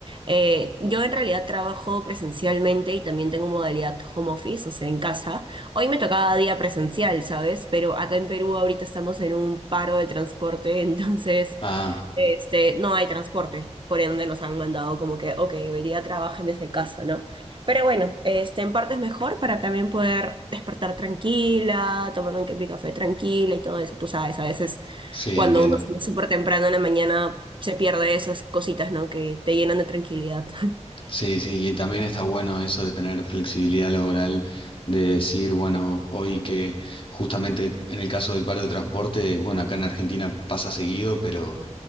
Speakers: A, on the right; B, on the left.
A: Eh, yo en realidad trabajo presencialmente y también tengo modalidad home office, o sea, en casa. Hoy me tocaba día presencial, ¿sabes? Pero acá en Perú ahorita estamos en un paro de transporte, <laughs> entonces,
B: Ah,
A: este, no hay transporte, por ende nos han mandado como que, ok, hoy día trabajen desde casa, ¿no? Pero bueno, este, en parte es mejor para también poder despertar tranquila, tomar un ca- mi café tranquila y todo eso, tú sabes, a veces
B: sí,
A: cuando
B: entiendo.
A: uno sale súper temprano en la mañana se pierde esas cositas, ¿no? Que te llenan de tranquilidad. <laughs>
B: Sí, sí, y también está bueno eso de tener flexibilidad laboral, de decir, bueno, hoy que justamente en el caso del paro de transporte, bueno, acá en Argentina pasa seguido, pero...